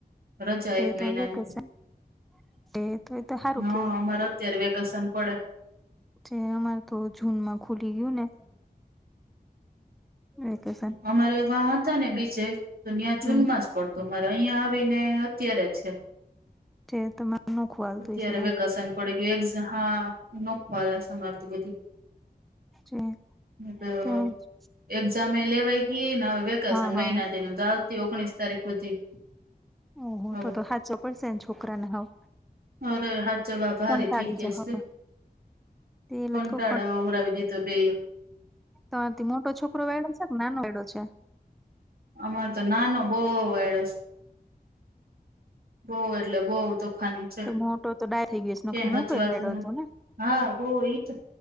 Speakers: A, on the right (about 70°); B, in the centre.
A: રજા
B: જે
A: એક મહિનાની
B: તો વેકેશન એ તું તો સારું
A: હા
B: કેવાય
A: અમારે અત્યારે વેકેશન પડે
B: તે અમાર તો જૂનમાં ખુલી ગયું ને વેકેશન
A: અમારેવા હતા ને બીચે તોન્યાં
B: હમ
A: જુનમાં જ પડતો મારે અહં આવે અત્યારે છે
B: જે તમારે નોખું હાલતું
A: અત્યારે
B: હશે
A: વેકેશન પડે ગ હા <unintelligible> બધું
B: <inaudible>
A: તો
B: ત્યાં
A: એક્ઝામ એ લેવાય ગઈ ને હવે વેકેશન
B: હા હા
A: મહિનાથી ન તો ઓગણીસ તારીખ સુધી
B: ઓહ
A: હવે
B: તો તો હાચવ વો પણ છે ને છોકરાને હાવ
A: અરે હાચવા ભારી
B: કંટાળી
A: થઈ ગયા
B: જાય
A: છે
B: તે એ
A: કંટાળો
B: લોકો
A: આવી દીધો બે
B: તમાથી મોટો છોકરો વેડો છે ને નાનો વડો છે
A: અમા તો નાનો બો વાયડો છે બઉ એટલે બઉ તોફાની છે
B: તો મોટો તો ડાયરો થઈ ગયો છે
A: ક્યાંય
B: નોખર મોટો
A: હચવાતું
B: વાયડો
A: નથી
B: હતો ને
A: હા બહ એ તો